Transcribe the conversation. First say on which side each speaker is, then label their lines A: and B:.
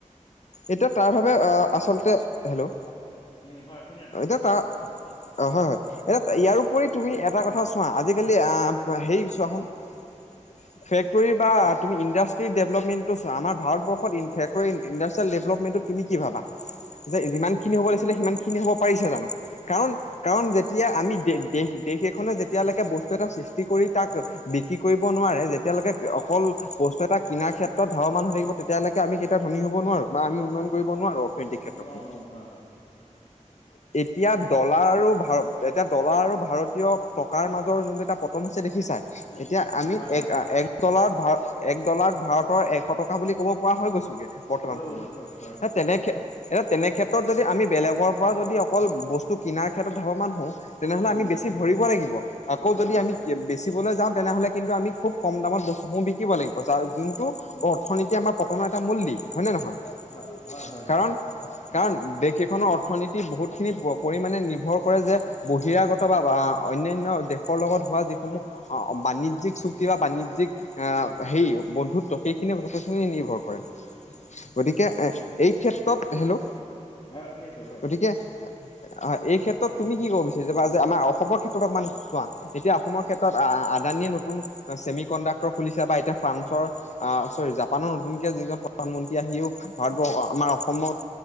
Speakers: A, on the left; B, on the left.
A: এতিয়া তাৰ বাবে আচলতে হেল্ল'
B: উম হয় শুনি আছো
A: সেইটো অ হয় হয় এ ইয়াৰপৰি তুমি এটা কথা চোৱা আজিকালি আহ হেৰি চোৱা শুন উম ফেক্টৰী বা তুমি ইণ্ডাষ্ট্ৰিয়েল ডেভলপমেণ্টটো চা আমাৰ ভাৰতবৰ্ষত ফেক্টৰী ইণ্ডাষ্ট্ৰিয়েল ডেভলপমেণ্টটো তুমি কি ভাবা যে যিমান খিনি হ'ব লাগিছিলে সিমান খিনি হ'ব পাৰিছে জানো কাৰণ কাৰণ যেতিয়া আমি দেশ তে সেইখনে যেতিয়ালৈকে বস্তু এটা সৃষ্টি কৰি তাক বিক্ৰী কৰিব নোৱাৰে যেতিয়ালৈকে অকল বস্তু এটা কিনাৰ ক্ষেত্ৰত ধাৱমান হৈ থাকিব তেতিয়ালৈকে আমি সেইটাত ধনী হ'ব নোঁৱাৰো বা আমি উন্নয়ন কৰিব নোৱাৰো অৰ্থনৈতিক ক্ষেত্ৰখনত
B: উম, ন ন হয় হয়
A: এতিয়া ডলাৰ আৰু ভাৰ এতিয়া ডলাৰ আৰু ভাৰতীয় টকাৰ মাজৰ যোনটো এটা পতন হৈছে দেখিছাই এতিয়া আমি
B: হয় হয়
A: এক এক ডলাৰত ভাৰ এক ডলাৰত ভাৰতৰ এশ টকা বুলি ক'ব পৰা হৈ গৈছোগে বৰ্তমান
B: হৈ
A: সময়ত
B: গৈছো হয় হয় হয়
A: তেনেকে এতিয়া তেনে ক্ষেত্ৰত যদি আমি বেলেগৰ পৰা যদি অকল বস্তু কিনাৰ ক্ষেত্ৰত ধাবমান হও তেনেহ'লে আমি
B: উম
A: বেছি ভৰিব লাগিব আকৌ
B: হয়
A: যদি
B: হয়
A: আমি বেচিবলৈ যা তেনেহ'লে কিন্তু আমি খুব কম দামত বস্তুসমূহ বিকিব লাগিব জাৰ যোনটো
B: উম,
A: অৰ্থনীতি আমাৰ পতনৰ এটা মূল দিশ হয় নে নহয়
B: হয় হয় হয়
A: কাৰণ
B: হয়
A: কাৰণ দেশ এখনৰ অৰ্থনীতি বহুতখিনি পৰিমাণে নিৰ্ভৰ কৰে যে, বহিৰাগত বা অন্যান্য দেশৰ লগত হোৱা যিসমূহ অ', বাণিজ্যিক চুক্তি বা বাণিজ্যিক আহ হেৰি বন্ধুত্ব সেইখিনিয়ে যথেষ্টখিনি নিৰ্ভৰ কৰে। গতিকে এ এই ক্ষেত্ৰত, হেল্ল'
B: হয় শুনি আছো হয়
A: গতিকে অ', এই ক্ষেত্ৰত তুমি কি ক'ব বিচাৰিবা যে, আমাৰ অসমৰ ক্ষেত্ৰত অকমান চোৱা এতিয়া অসমত ক্ষেত্ৰত আদানীয়ে নতুন ছেমিকণ্ডাক্টৰ খুলিছে বা এতিয়া ফ্ৰান্সৰ আহ চৰি জাপানৰ নতুনকে যিজন প্ৰধানমন্ত্ৰী আহিও ভাৰতবৰ্ষ আমাৰ অসমত